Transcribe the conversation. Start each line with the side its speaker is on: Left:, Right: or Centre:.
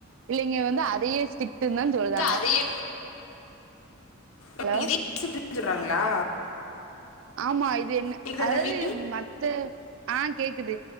Right: இல்லைங்க வந்து அதையே ஸ்டிக்டுன் தா சொல்லுதாங்க
Left: அதையே ஓ
Right: ஹலோ
Left: இதையே ஸ்ட்ரிக்ட்டுன் சொல்றாங்களா
Right: ஆமா இது என்ன
Left: கேக்குதா
Right: அதாவது
Left: கவி
Right: மத்த ஆ கேக்குது